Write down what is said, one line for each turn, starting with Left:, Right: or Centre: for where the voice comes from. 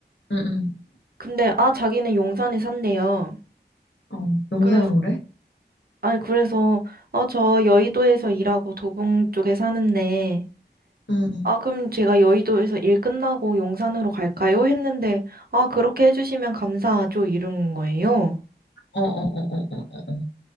Left: 응, 응.
Right: 근데 아 자기는 용산에 산대요.
Left: 어, 용서는으로
Right: 그래서 아니 그래서 어 저 여의도에서 일하고 도봉 쪽에 사는데
Left: 응,
Right: 아 그럼 제가 여의도에서 일 끝나고 용산으로 갈까요? 했는데 아 그렇게 해주시면 감사하죠 이런 거예요.
Left: 어, 어, 어, 어, 어, 어.